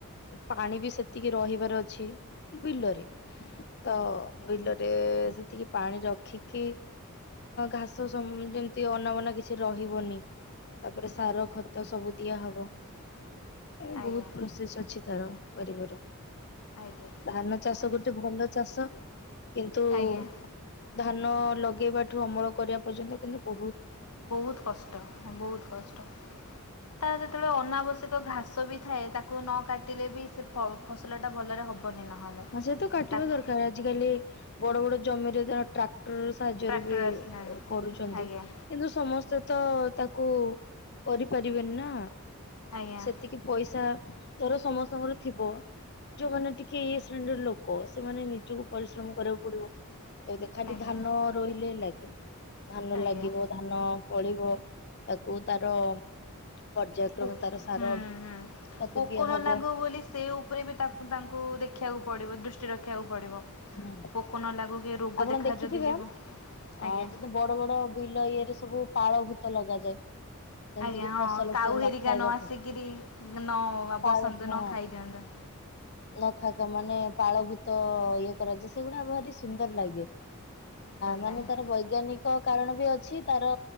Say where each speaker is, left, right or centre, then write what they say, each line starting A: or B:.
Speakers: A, on the left; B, on the left.
A: ପାଣି ବି ସେତିକି ରହିବା ରହିଛି ବିଲରେ ତ
B: ଆଜ୍ଞା
A: ବିଲରେ ସେତିକି ପାଣି ରଖିକି ଘାସ ଯେମିତି ଅନାବନା କିଛି ରହିବନି। ତାପରେ ସାର
B: ଆଜ୍ଞା
A: ଖତ ସବୁ ଦିଆ ହବ। ଏ
B: ଆଜ୍ଞା
A: ବୋହୁତ ପ୍ରୋସେସ ଅଛି ତାର କରିବାର।
B: ଆଜ୍ଞା।
A: ଧାନ ଚାଷ ଗୋଟେ ଭଲ ଚାଷ କିନ୍ତୁ
B: ଆଜ୍ଞା
A: ଧାନ ଲଗେଇବାଠୁ ଅମଳ କରିବା ପର୍ଯ୍ୟନ୍ତ କିନ୍ତୁ ବୋହୁତ
B: ବୋହୁତ କଷ୍ଟ ବୋହୁତ କଷ୍ଟ। ତାର ଯେତେବେଳେ ଅନାବଶ୍ୟକ ଘାସ ବି ଥାଏ। ତାକୁ ନ କାଟିଲେ ବି ସେ ଫସଲ ଟା ଭଲରେ ହବନି ନହେଲେ।
A: ହଁ ସେ ତ କାଟିବା
B: ତାକୁ
A: ଦରକାର ଆଜିକାଲି ବଡ ବଡ ଜମିରେ <unintelligible> ଟ ସାହାଯ୍ୟରେ
B: ଟ୍ରାକ୍ଟର
A: ବି
B: ଆସିଲାଣି
A: କରୁଛନ୍ତି।
B: ଆଜ୍ଞା
A: କିନ୍ତୁ ସମସ୍ତେ ତ ତାକୁ କରିପାରିବେନି ନା
B: ଆଜ୍ଞା
A: ସେତିକି ପଇସା ଧର ସମସ୍ତଙ୍କର ଥିବ ଯୋଉମାନେ ଟିକେ ଇଏ ସି ଶ୍ରେଣୀର ଲୋକ ସେମାନେ ନିଜକୁ ପରିଶ୍ରମ କରିବାକୁ ପଡିବ। ଏ ଖାଲି
B: ଆଜ୍ଞା
A: ଧାନ ରୋଇଲେ ହେଲାକି ଧାନ
B: ଆଜ୍ଞା
A: ଲାଗିବ ଧାନ ପଳିବ ତାକୁ ତାର ପର୍ଯ୍ୟାୟକ୍ରମେ
B: ହୁଁ
A: ତାର ସାର
B: ହୁଁ
A: ତାକୁ
B: ପୋକ
A: ଦିଆହବ
B: ନ ଲାଗୁ ବୋଲି ସେହି ଉପରେ ବି ତାକୁ ତାଙ୍କୁ ଦେଖିବାକୁ ପଡ଼ିବ ଦୃଷ୍ଟି ରଖିବାକୁ ପଡ଼ିବ।
A: ହୁଁ
B: ପୋକ ନ ଲାଗୁ କି ରୋଗ
A: ଆପଣ
B: ଦେଖା
A: ଦେଖିଥିବେ
B: ଯଦି ଯିବ
A: ଅ
B: ଆଜ୍ଞା।
A: ଯେତେ ବଡ ବଡ ବିଲ ଇଏରେ ସବୁ ପାଳ ଭୂତ ଲଗାଯାଏ। ଯେମିତି
B: ଆଜ୍ଞା
A: କିି
B: ହଁ
A: ଫସଲ
B: କାଉ
A: କିଏ
B: ହେରିକା
A: ଖାଇବାକୁ
B: ନ ଆସିକିରି ନ
A: ପାଳ
B: ବସନ୍ତୁ
A: ହଁ
B: ନ ଖାଇଦିଅନ୍ତୁ।
A: ନଖାକ ମାନେ ପାଳଭୂତ ଇଏ କରାଯାଏ ସେଗୁଡା ଭାରି ସୁନ୍ଦର ଲାଗେ।
B: ସୁନ୍ଦର
A: ମାନେ
B: ଲାଗେ
A: ତାର ବୈଜ୍ଞାନିକ କାରଣ ବି ଅଛି ତାର